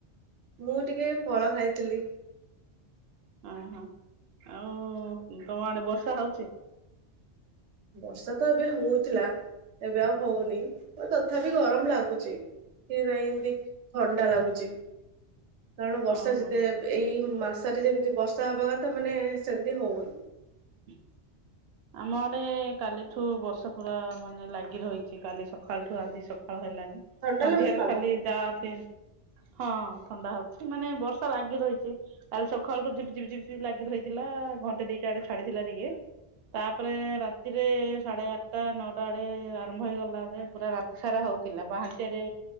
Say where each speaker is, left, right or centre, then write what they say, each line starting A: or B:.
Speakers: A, on the right (about 85°); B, on the right (about 65°).
A: ମୁଁ ଟିକେ ଫଳ ଖାଇଥିଲି।
B: ଓହୋ ଆଉ ତମ ଆଡେ ବର୍ଷା ହଉଛି?
A: ବର୍ଷା ତ ଏବେ ହଉଥିଲା। ଏବେ ଆଉ ହଉନି ତଥାପି ଗରମ ଲାଗୁଚି। ସିରା ଇନନ୍ତି ଥଣ୍ଡା ଲାଗୁଛି। କାରଣ ବର୍ଷା
B: ଓହୋ।
A: ଯେତେ ଏଇ ମାସରେ ଯେମିତି ବର୍ଷା ହବା କଥା ମାନେ ସେମିତି ହଉନି।
B: ହ <inaudible> ଆମ ଆଡେ କାଲିଠୁ ବର୍ଷା ପୁରା ମାନେ ଲାଗି ରହିଛି କାଲି ସକାଳଠୁ ଆଜି ସକ ଳ ହେଲାନି
A: ଥଣ୍ଡା
B: ସନ୍ଧ୍ୟାରେ
A: ଲାଗୁଛି ପାଗ
B: ଖାଲିଦା ପିନ ହଁ ହଁ। ଥଣ୍ଡା ହଉଛି ମାନେ ବର୍ଷା ଲାଗି ରହିଛି କାଲି ସକାଳୁ ଝିପିଝପି ଝିପି ଲାଗି ରହିଥିଲା ଘଣ୍ଟେ ଦି ଇଆଡେ ଛାଡିଥିଲା ଟିକେ। ତାପରେ ରାତିରେ ସାଢେ ଆଠଟା ନଅଟା ଆଡେ ଆରମ୍ଭ ହେଇଗଲା ଯେ ପୁରା ରାତି ସାରା। ହଉଥିଲା ପାହନ୍ତିଆରେ